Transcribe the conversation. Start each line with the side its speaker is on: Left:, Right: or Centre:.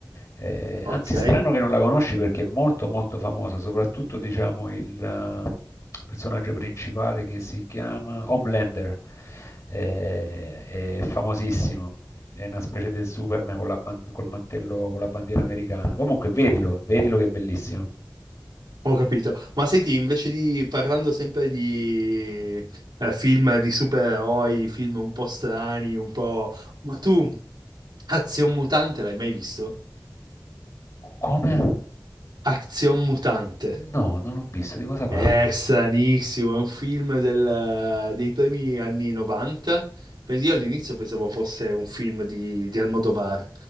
Left: eh,
Right: ok.
Left: anzi, strano che non la conosci perché è molto molto famosa, soprattutto diciamo il eh, personaggio principale che si chiama Homelander, eh, è famosissimo. È una specie del Superman con la, ban- col mantello, con la bandiera americana. Comunque, vedilo, vedilo che è bellissimo.
Right: Ho capito. Ma senti, invece di parlando sempre di eh, film di supereroi, film un po' strani, un po'... Ma tu, Azion Mutante l'hai mai visto?
Left: Come?
Right: Azion Mutante.
Left: No, non l'ho visto. Di cosa
Right: È
Left: parla?
Right: stranissimo, è un film del- dei primi anni 90. Quindi Io all'inizio pensavo fosse un film di, di Almodovar,